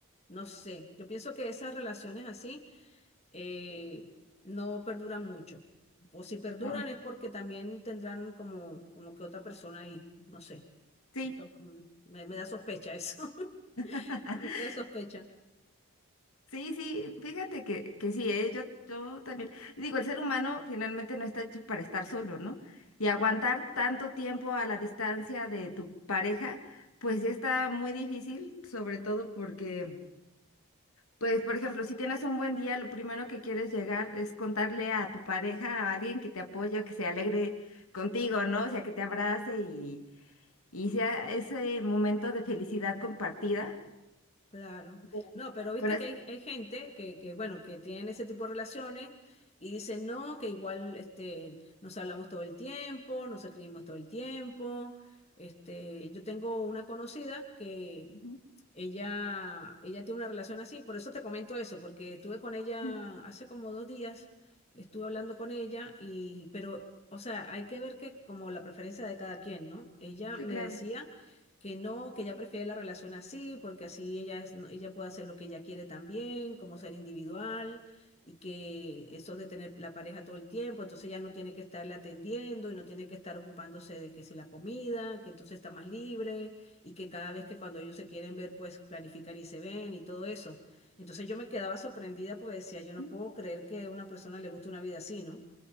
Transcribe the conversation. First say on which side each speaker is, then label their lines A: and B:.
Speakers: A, on the left (about 30°); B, on the left (about 85°).
A: no sé. Yo pienso que esas relaciones así eh, no perduran mucho. O si perduran
B: ah,
A: es porque también tendrán como, como que otra persona ahí, no sé.
B: sí.
A: Eso mm, me, me da sospecha eso. <laughs>
B: <laughs>
A: Me crea sospecha.
B: Sí, sí, fíjate que, que sí, ¿eh? Yo, yo también. Digo, el ser humano finalmente no está hecho para estar solo, ¿no? Y aguantar tanto tiempo a la distancia de tu pareja, pues sí está muy difícil, sobre todo porque... Pues, por ejemplo, si tienes un buen día, lo primero que quieres llegar es contarle a tu pareja, a alguien que te apoye o que se alegre contigo, ¿no? O sea, que te abrace y, y sea ese momento de felicidad compartida.
A: Claro.
B: Ujú.
A: No, pero viste
B: Con es-
A: que hay, hay gente que, que, bueno, que tienen ese tipo de relaciones y dicen, no, que igual este, nos hablamos todo el tiempo, nos escribimos todo el tiempo. Este, yo tengo una conocida que,
B: Ujú,
A: Ella, ella tiene una relación así, por eso te comento eso, porque estuve con ella
B: ujú.
A: hace como dos días, estuve hablando con ella y, pero, o sea, hay que ver que como la preferencia de cada quien, ¿no? Ella
B: Sí,
A: me
B: claro.
A: decía que no, que ella prefiere la relación así, porque así ella es, no, ella puede hacer lo que ella quiere también, como ser individual y que eso de tener la pareja todo el tiempo, entonces ella no tiene que estarle atendiendo y no tiene que estar ocupándose de que si la comida, que entonces está más libre y que cada vez que cuando ellos se quieren ver, pues planifican y se ven y todo eso. Entonces yo me quedaba sorprendida porque decía, yo no
B: Ujú.
A: puedo creer que a una persona le guste una vida así, ¿no?